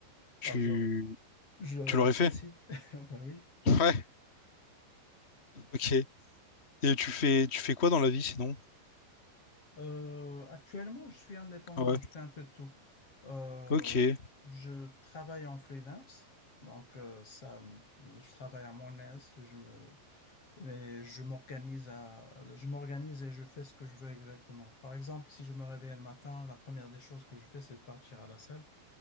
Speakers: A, on the left; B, on the left.
A: tu,
B: Bah, j'aurais, j'aurais
A: tu l'aurais
B: apprécié.
A: fait?
B: <laughs> Bah oui.
A: <laughs> Ouais, ok. Et tu fais, tu fais quoi dans la vie sinon?
B: Euh, actuellement, je suis indépendant,
A: Ah ouais,
B: je fais un peu de tout. Euh,
A: ok,
B: je travaille en freelance, donc euh, ça, me- je travaille à mon aise. Je me, Mais je m'organise à, je m'organise et je fais ce que je veux exactement. Par exemple, si je me réveille le matin, la première des choses que je fais, c'est de partir à la salle.